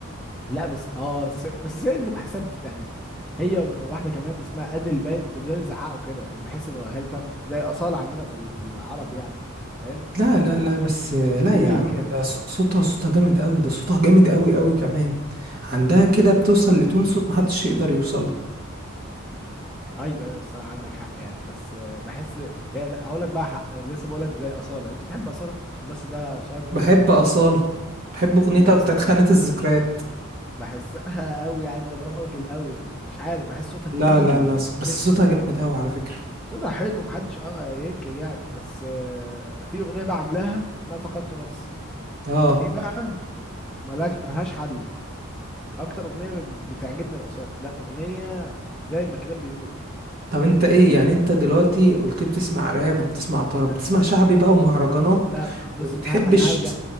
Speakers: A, in the centre; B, on the right.
A: لا بس اه س- بس السيدة دي بحسها بز- يعني هي وواحده كمان اسمها ادل باين بتفضلوا يزعقوا كده يعني بحس ان الاغاني بتاعهم زي اصاله عندنا في ال- في العرب يعني فاهم
B: لا لا لا بس لا
A: صوتهم تقيل
B: يا عم
A: كده
B: ده ص- صوتها صوتها جامد قوي ده صوتها جامد قوي قوي كمان عندها كده بتوصل لتون صوت محدش يقدر يوصل له.
A: ايوه ايوه الصراحه عندك حق يعني بس آه، بحس يعني هقول لك بقى حق. لسه بقول لك زي اصاله انت بتحب اصاله عشان بس ده سؤال مهم
B: بحب أصالة بحب أغنيتها
A: بحس
B: بتاعت خانة الذكريات
A: بحسها قوي يعني راجل قوي مش عارف بحس صوتها تقيل
B: لا لا لا بس
A: ست
B: صوتها جامد قوي على فكرة
A: صوتها حلو محدش اه ينكر يعني بس آه، في اغنيه بقى عاملاها اسمها فقدت نفسي
B: اه
A: دي بقى ملاك ملهاش حل اكتر اغنيه بتعجبني الاصاله لا اغنيه زي ما الكتاب بيقول
B: طب انت ايه يعني انت دلوقتي قلت بتسمع راب وبتسمع طرب بتسمع
A: أنا-
B: شعبي بقى ومهرجانات
A: لا بص
B: وبتحبش
A: انا انا هرجع